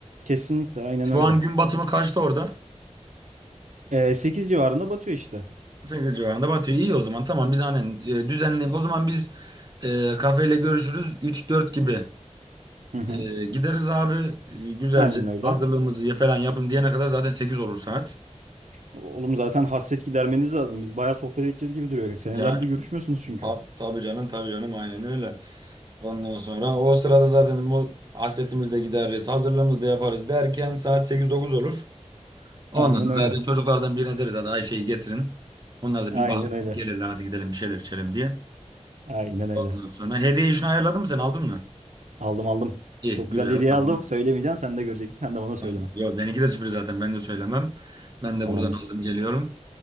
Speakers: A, on the right (about 85°); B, on the right (about 35°).
A: Kesinlikle aynen
B: Şu
A: öyle.
B: an gün batımı kaçta orada?
A: E, 8 civarında batıyor işte.
B: 8 civarında batıyor. İyi o zaman tamam biz aynen e, düzenleyelim. O zaman biz e, kafeyle görüşürüz 3-4 gibi.
A: Hı hı.
B: E, gideriz abi E, güzelce
A: Aynen öyle.
B: hazırlığımızı ya- falan yapın diyene kadar zaten 8 olur saat.
A: Oğlum zaten hasret gidermeniz lazım. Biz bayağı sohbet edeceğiz gibi duruyor. Senelerdir
B: Ya
A: görüşmüyorsunuz çünkü.
B: ta- tabii canım tabii canım aynen öyle. Ondan sonra o sırada zaten bu hasretimizi de gideriz hazırlığımızı da yaparız derken saat 8-9 olur. Ondan
A: Aynen
B: sonra
A: öyle.
B: zaten çocuklardan birine deriz hadi Ayşe'yi getirin. Onlar da
A: Aynen
B: bir bahane
A: öyle.
B: gelirler hadi gidelim bir şeyler içelim diye.
A: Aynen öyle.
B: Ondan sonra hediye işini ayarladın mı sen aldın mı?
A: Aldım aldım.
B: İyi,
A: Çok
B: güzel,
A: güzel bir hediye
B: tamam.
A: aldım. Söylemeyeceğim. Sen de göreceksin. Sen de bana söyleme.
B: Tamam. Yo, benimki de sürpriz zaten. Ben de söylemem. Ben de
A: Tamamdır.
B: buradan aldım geliyorum.